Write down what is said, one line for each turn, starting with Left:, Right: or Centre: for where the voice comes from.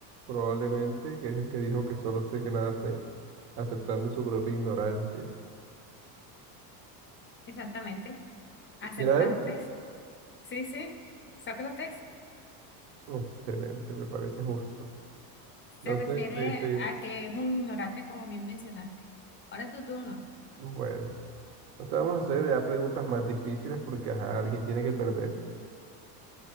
Right: probablemente, que es el que dijo que solo sé que nada sé, aceptando su propia ignorancia.
Left: Exactamente. Acertaste.
Right: ¿Será él?
Left: Sí, sí, Sócrates
Right: Excelente, me parece justo. Entonces,
Left: se refiere
Right: sí, sí,
Left: a que es un ignorante, como bien mencionaste. Ahora tu turno,
Right: bueno, entonces vamos a hacer ya preguntas más difíciles porque ajá, alguien tiene que perder.